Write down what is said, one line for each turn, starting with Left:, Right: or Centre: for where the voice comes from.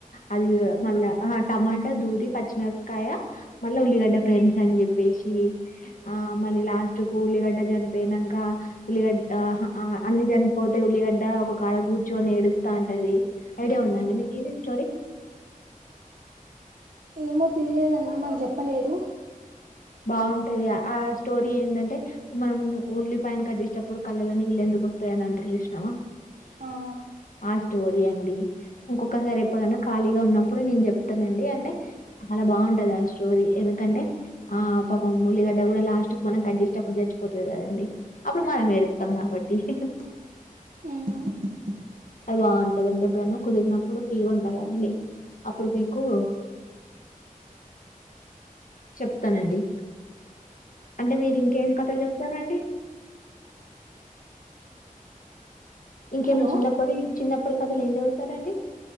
Left: అదిదు మళ్ళా ఆహా టమాటా దూది పచ్ మిరప్ కాయ మళ్ళ ఉల్లిగడ్డ ఫ్రెండ్స్ అన్ జేప్పేషి ఆ మళ్ళీ లాస్టుకు ఉల్లిగడ్ జన్ పేయినంక ఉల్లిగడ్ ఆహా ఆ అన్ని జన్ పోతే ఉల్లిగడ్ డ ఒక్కాడ గుచ్చోని ఏడుస్తాంటది ఐడియా ఉదాండి మీకి ఇది స్టోరీ
Right: ఏమో తెల్యదండి మాక్ జేప్పలేదు
Left: బాఉంటాది ఆ స్టోర్ రీ ఏందంటే మనము ఉల్లిపాయను కట్ జేస్ టప్పుడు కళ్ళలో నీళ్ళెందుకు వోతయ్ అని అంటారు జూష్ నవ
Right: ఆ
Left: ఆ స్టోరీ అండి ఉంకొకసారి ఎప్పుడనా ఖాళీగా ఉన్నప్పుడు నేన్ జెప్ తనండి అంటే చాలా బాఉంటాది ఆ స్టోరీ ఎందుకంటే ఆ పాపం ఉల్లిగడ్డ కూడా లాస్టుక్ మనం కట్ జేస్ టప్పుడు జాచ్ పోతది కదండి అప్పుడు మనం ఏడుతమ్ కాబట్టి హి హు
Right: ఉహ్
Left: బాఉంటదండి ఎప్పుడనా కుదిర్ నప్పుడు ఫ్రీగా ఉంటా కదండి అప్పుడు పె కుఉ చెప్తనండి అంటే మీరు ఇంకేమి కథలు జేప్తారండి ఇంకేమి
Right: హలో
Left: చిన్నప్పడి చిన్నప్పటి కథలు ఏం చదువుతారండి